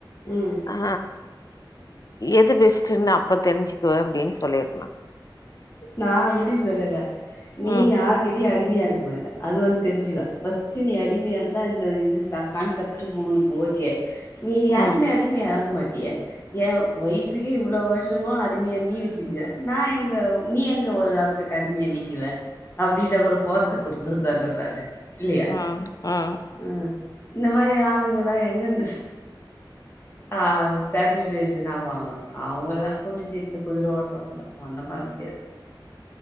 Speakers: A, on the left; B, on the left.
A: ம்
B: ஆ எது பெஸ்ட்ன்னு அப்ப தெரிஞ்சுக்கு அப்டின்னு சொல்லிரு
A: நான் அப்டி சொல்லல நீ
B: ம்
A: யாரு கிட்டயு அடி மையா இருக்க மாட்ட அது ஒன்னு தெரிஞ்சுக்க ஃபஸ்ட் நீ அடிமையா இருந்தா இந்த இது கான்செப்ட் உனக் ஓகே நீ யாருக்மே
B: ம்
A: அடிமையா ஆக மாட் டியே எ ஒய்ஃபுக்கே இவ்ளோ வருஷமா அடிமையா நீ வச்சுனுக்கிற நா எங்க நீ எங்க ஒரு ஆளுகிட்ட அடிமையா நிக்குவ அப்பிடினா கூட போரத்து கொடுத்த சொல்ற நானு இல்லையா
B: ஆ ஆ
A: ம். இந்த மாதிரி ஆளுங்களா எங்கந்து அ சாட்டிஸ்ஃபேஷன் ஆவாங்க அவங்கல்லா குண்டு சடில குதிர ஓட்றவங்க ஒண்ணு பண்ண முடியாது